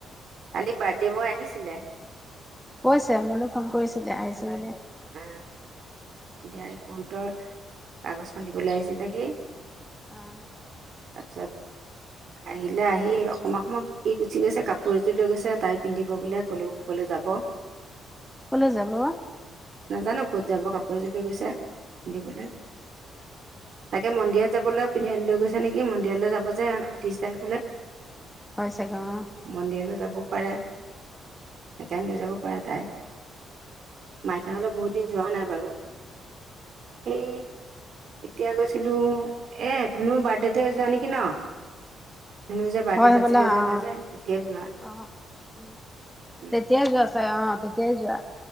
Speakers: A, on the right (about 65°); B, in the centre.
A: কালি বাৰ্থডে
B: উম
A: বই আহিছিলে।
B: কৈছে মোলৈ ফোন কৰিছিলে আহিছো বুলি।
A: আহ দিয়া পহতৰ কাগজখন দিবলৈ আহিছিলে সি।
B: আহ
A: তাৰপিছত আহিলে আহি অকমান সময় প গুচি গৈছে কাপোৰ এযোৰ লৈ গৈছে তাই পিন্ধিব বোলে ক'লে ক'ব লাগ যাব।
B: কলে যাব।
A: নাজানো ক'ত যাব কাপোৰ এযোৰ লৈগৈছে পিন্ধিবলৈ চাগে মন্দিৰত যাবলৈ লৈ গৈছে নেকি মন্দিৰলৈ যাব যে ত্ৰিছ তাৰিখলৈ
B: হয় চাগে অ
A: মন্দিৰলৈ যাব। পাৰে সেইকাৰণে লৈ যাব পাৰে তাই মাইথলপ বহুত দিন যোৱা নাই বাৰু সেই এতিয়া গৈছে ছিলো এ ধুনুৰ বাৰ্থডেতে যোৱা নেকি ন। চুনো যে বাৰ্টি
B: হয় হবলা
A: পাতিছিলে যে
B: অ
A: এবাই যে তেতিয়াই যোৱা।
B: অ উম
A: উম
B: তেতিয়াই যোৱা চাগে- অ' তেতিয়াই যোৱা।